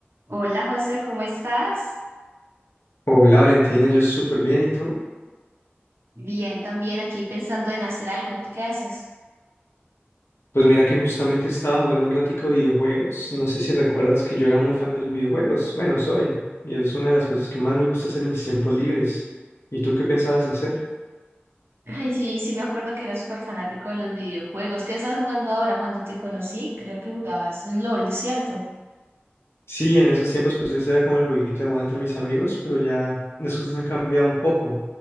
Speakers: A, on the right; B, on the left.
A: Hola José, ¿cómo estás?
B: Hola Valentina, yo súper bien, ¿y tú?
A: Bien, también aquí pensando en hacer algo. ¿Tú qué haces?
B: Pues mira que justamente estaba jugando un ratico videojuegos. No sé si recuerdas que yo era muy fan de los videojuegos. Bueno, soy. Y es una de las cosas que más me gusta hacer en mis tiempos libres. ¿Y tú qué pensabas hacer?
A: Ay, sí, sí me acuerdo que eras súper fanático de los videojuegos. ¿Qué estás jugando ahora? Cuando te conocí, creo que jugabas LOL, ¿cierto?
B: Sí, en esos tiempos pues ese era como el jueguito de moda entre mis amigos, pero ya las cosas han cambiado un poco.